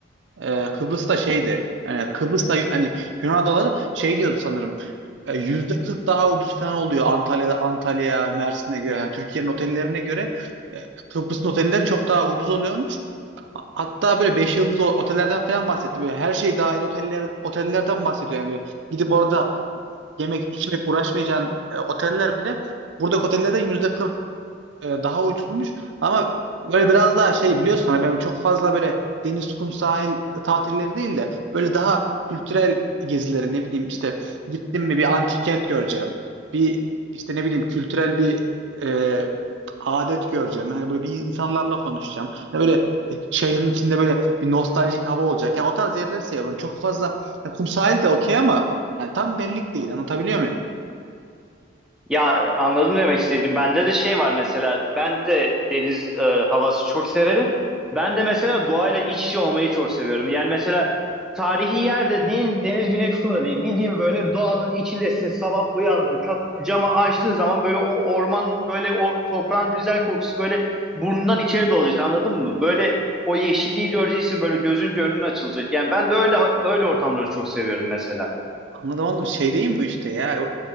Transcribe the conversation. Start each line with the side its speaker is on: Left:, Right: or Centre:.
Right: E, Kıbrıs'ta şeydi. Yani Kıbrıs'ta hani Yunan adaları şey diyordu sanırım. E, %40 daha ucuz falan oluyor Antalya'da Antalya, Mersin'e göre. Yani Türkiye'nin otellerine göre e, Kıbrıs'ın otelleri çok daha ucuz oluyormuş. Hatta böyle 5 yıldızlı otellerden falan bahsetti. Böyle her şey dahil oteller, otellerden bahsediyor. Yani böyle gidip orada yemek, içmek uğraşmayacağın e, oteller bile buradaki otellerden yüzde kırk e, daha uydurulmuş ama böyle biraz daha şey biliyorsun hani benim çok fazla böyle deniz, kum, sahil tatilleri değil de böyle daha kültürel gezileri ne bileyim işte gittim mi bir antik kent göreceğim. Bir işte ne bileyim kültürel bir e, adet göreceğim. Yani böyle bir insanlarla konuşacağım. Yani böyle e, şehrin içinde böyle bir nostaljik hava olacak. Yani o tarz yerleri seviyorum. Çok fazla ya kum sahil de okey ama yani tam benlik değil. Anlatabiliyor muyum?
Centre: Ya anladım demek istediğim. Bende de şey var mesela. Ben de deniz e, havası çok severim. Ben de mesela doğayla iç içe olmayı çok seviyorum. Yani mesela tarihi yerde değil, deniz güneş şurada değil. Bildiğin böyle doğanın içindesin. Sabah uyandın, kap, camı açtığın zaman böyle o orman, böyle o toprağın güzel kokusu böyle burnundan içeri dolacak. Anladın mı? Böyle o yeşilliği göreceksin, böyle gözünce önün açılacak. Yani ben de öyle öyle ortamları çok seviyorum mesela.
Right: Anladım anladım. Şey değil mi bu işte ya? E, e,